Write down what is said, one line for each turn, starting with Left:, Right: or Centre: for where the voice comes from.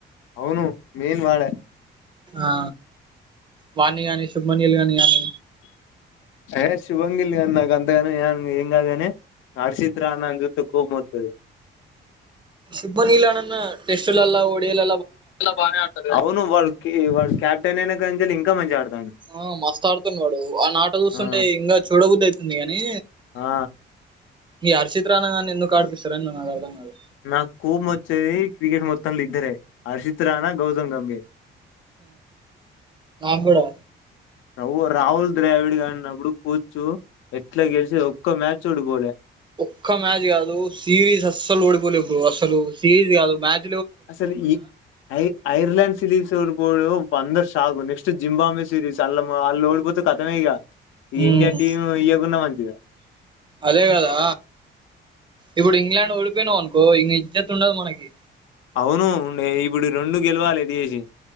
Left: అవును మెయిన్ వాడే
Right: ఆ వాణ కాగాని శుభమణ్యలు కాని కాగానీ
Left: ఏయ శుభంగిల్ అ నాగ అంతా ఏం కాదు కానీ హర్షిత్ రానా జూతే కోమతది
Right: శుబ్బని ఇల్ నన్న టెస్ట్ల డియల
Left: బా అవును వాడు వా క్యాప్టెన్ అయినా కని ఇంకా మంచిగా ఆడతాడు
Right: ఆ మస్త ఆడుతున్నవాడు వని ఆట చూస్తుంటే
Left: ఆ
Right: ఇంకా చూడబుద్దు అవుతుంది గాని
Left: ఆ
Right: మీ అర్చిత్ర రానాని ఎందుకు ఆడిపిస్తారే న నా అర్థం కాదు
Left: నాకు కోబ్ వచ్చేది క్రికెట్ మొత్తం ఇద్దరే అర్షిత్ రాణా గౌతమ్ గంబే
Right: నా కూడా
Left: <unintelligible> రాహుల్ ద్రావిడ్ కాన్నప్పుడు కూర్చు ఎట్లా గెలిచ ఒక్క మ్యాచ్ ఓడిపోలే
Right: ఒక్క మ్యాచ్ కాదు సిరీస్ అస్సలు ఓడిపోలేదు బ్రో అసలు సిరీస్ కాదు మ్యాచ్.
Left: అసలు ఈ ఐ ఐర్లండ్ సిరీస్ ఓడ్బోడు అందరు షాక్ నెక్స్ట్ జింబాబే సిరీస్ అల్ అలా ఓడి కథమే ఇక ఈ
Right: ఉమ్
Left: ఇండియా టీమ్ ఇయకున్నా మంచిద
Right: అదే కదా ఇప్పుడు ఇంగ్లాండ్ ఓడిపోయినాం అనుకో ఇంక ఇజ్జత్ ఉండదు మనకి
Left: అవును ఉండే ఇప్పుడు రెండు గెలవాలి ఎటు చేసి